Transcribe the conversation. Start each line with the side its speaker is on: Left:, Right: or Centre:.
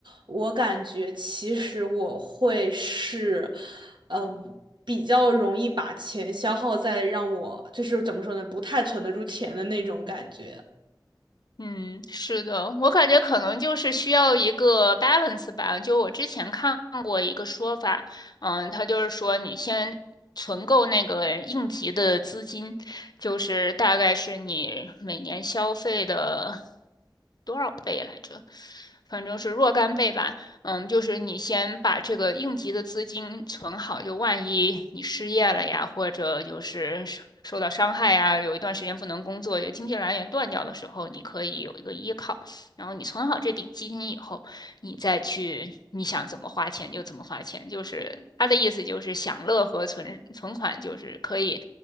Right: 我感觉其实我会是，嗯，比较容易把钱消耗在让我就是怎么说呢，不太存得住钱的那种感觉。
Left: 嗯，是的，我感觉可能就是需要一个 balance 吧。就我之前看过一个说法，嗯，他就是说你先存够那个应急的资金，就是大概是你每年消费的多少倍来着？反正是若干倍吧。嗯，就是你先把这个应急的资金存好，就万一你失业了呀，或者就是受受到伤害呀，有一段时间不能工作，有经济来源断掉的时候，你可以有一个依靠。然后你存好这笔基金以后，你再去你想怎么花钱就怎么花钱。就是他的意思就是享乐和存存款就是可以